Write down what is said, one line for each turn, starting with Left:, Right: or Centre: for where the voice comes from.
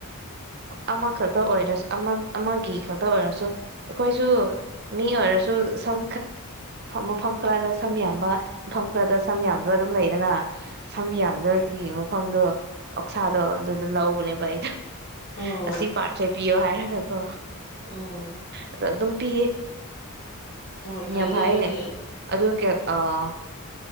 Right: ꯑꯃꯈꯛꯇ ꯑꯣꯏꯔꯁꯨ ꯑꯃꯒꯤ ꯈ ꯈꯇ ꯑꯣꯏꯔꯁꯨ ꯑꯩꯈꯣꯏꯁꯨ ꯃꯤ ꯑꯣꯏꯔꯁꯨ ꯁꯝ ꯃꯐꯝ ꯈꯔꯗ ꯁꯝ ꯌꯥꯝꯕ ꯃꯐꯝ ꯈꯔꯗ ꯁꯝ ꯌꯥꯝꯗꯕ ꯑꯗꯨꯝ ꯂꯩꯗꯅ ꯁꯝ ꯌꯥꯝꯗꯕꯒꯤ ꯃꯐꯝꯗꯣ ꯑꯣꯛꯁꯥꯗꯣ ꯑꯗꯨꯗ ꯂꯧꯕꯅꯦꯕ ꯑꯩꯗꯣ
Left: ꯑꯣ
Right: ꯑꯁꯤ ꯄꯥꯔꯠꯁꯦ ꯄꯤꯌꯣ ꯍꯥꯏꯔꯒꯀꯣ
Left: ꯎꯝ
Right: ꯑꯗ ꯑꯗꯨꯝ ꯄꯤꯌꯦ
Left: ꯍꯣꯏ ꯐꯩꯅ
Right: ꯌꯥꯝ ꯐꯥꯏꯌꯦ
Left: ꯑꯗꯨꯗꯤ
Right: ꯑꯗꯨꯒꯤ ꯑꯥ